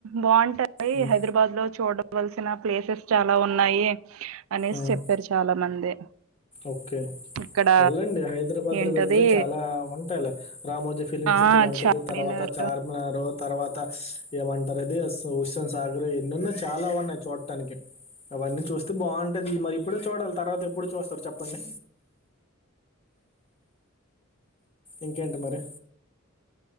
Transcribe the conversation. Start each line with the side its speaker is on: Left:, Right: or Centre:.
Right: బాగుంటాయి
Left: ఉమ్,
Right: హైదరాబాద్ లో చూడవలసిన ప్లేసెస్ చాలా ఉన్నాయి అనేసి
Left: ఉమ్,
Right: చెప్పారు చాలా మంది
Left: ఓకే
Right: ఇక్కడ
Left: వెళ్ళండి హైదరాబాద్
Right: ఏంటది
Left: లో వెళ్తే చాలా ఉంటాయిలా రామోజీ ఫిలిం
Right: ఆ
Left: సిటీ వంటిది
Right: చార్మినార్
Left: తర్వాత చార్ మినార్ తర్వాత ఏమంటారు ఇది హుసేన్ సాగర్ ఎన్నెన్నో చాలా ఉన్నాయి చూడటానికి అవన్నీ చూస్తే బాగుంటది మరి ఇప్పుడే చూడాలి తర్వాత ఎప్పుడు చూస్తారు చెప్పండి ఇంకేంటి మరి